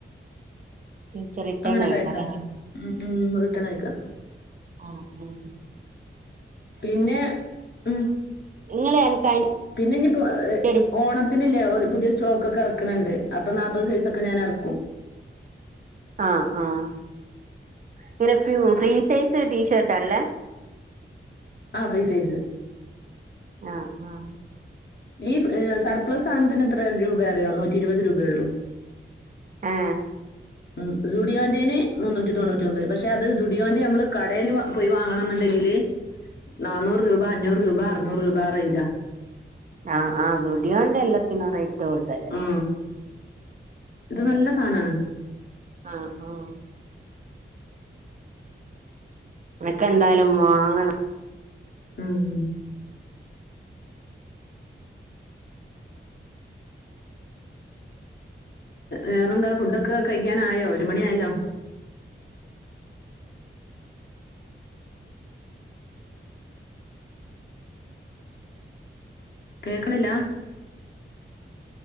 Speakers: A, on the right; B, on the left.
A: തിരിച്ച് റിട്ടേൺ
B: അങ്ങനെക്കെഴക്കോ
A: ആക്കാല്ലേ
B: ഉം ഉം റീട്ടൺ അയിക്കാം
A: ആ ഉം
B: പിന്നെ ഉം
A: നിങ്ങള് എനക്ക് അതിന്റെ
B: പിന്നെ ഇനിപ്പോ
A: ഒരു
B: ഓണത്തിനല്ലേ പുതിയ സ സ്റ്റോക്ക്ക്കൊ ഇറക്കണണ്ട് അപ്പൊ നാല്പ്പത് സൈസൊക്കെ ഞാൻ ഇറക്കും
A: ആഹ് ആഹ് ഇങ്ങനെ ഫ ഫ്രീ സൈസ് ടീഷർല്ലേ
B: ആ ഫ്രീ സൈസ്
A: ആഹ് ആഹ്
B: ഈ സർപ്ലസ് സാധനത്തിന് എത്ര രൂപയനറിയോ നൂറ്റി ഇരുപത് രൂപയ ഉള്ളൂ
A: ഏഹ്
B: ഉം സുഡിയോന്റെേന് മുന്നൂറ്റി തൊണ്ടുറ്റിഒമ്പത് പക്ഷെ അത് സുഡിയോന്റെ നമ്മൾ കടയിൽ പോയി വാങ്ങണം എന്നുണ്ടെങ്കിൽ ലെ നന്നൂറ് രൂപ അഞ്ഞൂറ് രൂപ അറനൂറ് രൂപ റേഞ്ചാ.
A: ആഹ് ആഹ് സുഡിയോന്റെ എല്ലാത്തിനും റേറ്റ് കൂടുതലല്ലേ
B: ആ ഇത് നല്ല സാധനമാണ്
A: ആഹ് ആഹ് എനക്ക എന്തായാലും വാങ്ങണം
B: ഉം വേറെന്താ ഫുഡൊക്കെ കഴിക്കാനായോ ഒരു മണിയാലോ കേക്കണില്ല